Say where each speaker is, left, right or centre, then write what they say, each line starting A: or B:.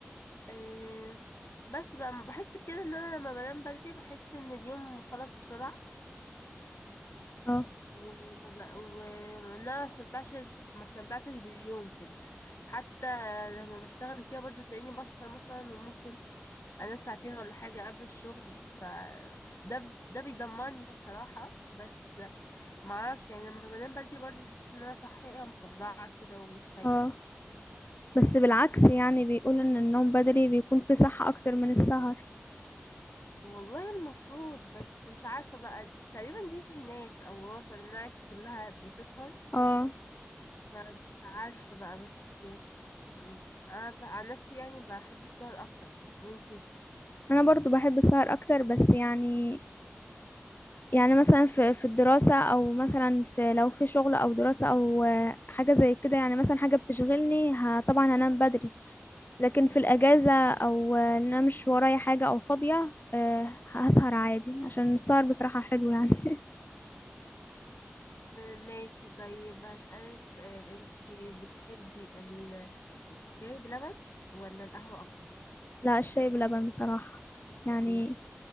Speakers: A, on the left; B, on the left.
A: أه بس بقى بحس كده ان انا لما بنام بدري بحس ان اليوم خلص بسرعة
B: اه
A: وما بق- وانا ما استمتعتش ما استمتعتش باليوم كده حتى لما بشتغل كده برضو تلاقيني بسهر مثلا وممكن انام ساعتين ولا حاجة قبل الشغل ف ده ده بيدمرني بصراحة بس معرفش يعني لما بنام بدري برضو بحس ان انا صحية مصدعة كده ومش فايقة
B: اه بس بالعكس يعني بيقول ان النوم بدري بيكون فيه صحة اكتر من السهر
A: والله المفروض بس مش عارفة بقى تقريبا دي جينات او وراثة لان عيلتي كلها بتسهر
B: اه
A: فمش عارفة بقى بس مم، انا ب- عن نفسي يعني بحب السهر اكتر وانتي
B: انا برضو بحب السهر اكتر بس يعني يعني مثلا في في الدراسة او مثلا في لو في شغل او دراسة او آه، حاجة زي كده يعني مثلا حاجة بتشغلني ه- طبعا هنام بدري لكن في الاجازة او آه، ان انا مش ورايا حاجة او فاضية آه، هسهر عادي عشان السهر بصراحة حلو يعني
A: آه، ماشي طيب هسألك سؤال انت بتحبي ال... الشاي بلبن ولا القهوة اكتر
B: <laughs> لا الشاي بلبن بصراحة يعني
A: ليه